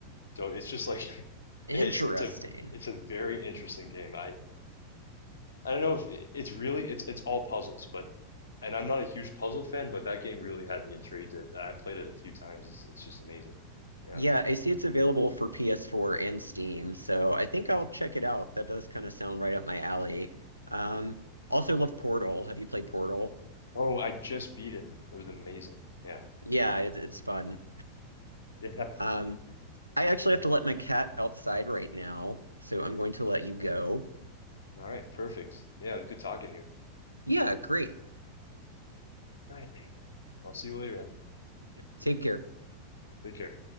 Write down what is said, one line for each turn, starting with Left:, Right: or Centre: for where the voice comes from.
Left: So it's just like <laughs>
Right: Interesting.
Left: it's it's a it's a very interesting game. I I don't know if it's really it's it's all puzzles, but and I'm not a huge puzzle fan, but that game really had me intrigued. It- I played it a few times. It's it's just amazing. Yeah.
Right: Yeah, I see it's available for PS4 and Steam, so I think I'll check it out. That does kind of sound right up my alley. Um, also love Portal. Have you played Portal?
Left: Oh, I just beat it. It was amazing. Yeah.
Right: Yeah, it, it's fun.
Left: <laughs> Yeah.
Right: Um, I actually have to let my cat outside right now, so I'm going to let you go.
Left: All right, perfect. Yeah, it was good talking to you.
Right: Yeah, great.
Left: All right, I'll see you later then.
Right: Take care.
Left: Take care.